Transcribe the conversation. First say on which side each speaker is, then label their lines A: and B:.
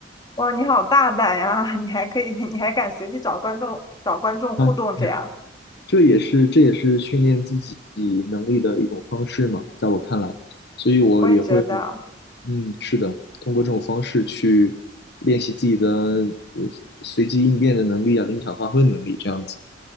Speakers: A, on the left; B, on the left.
A: 哇，你好大胆呀，<laughs> 你还可以，你还敢随意找观众找观众互动这样，
B: 啊，<laughs> 这也是这也是训练自己能力的一种方式嘛，在我看来，所以我也会，
A: 我也觉得。
B: 嗯，是的，通过这种方式去练习自己的呃随机应变的能力啊，临场发挥的能力这样子。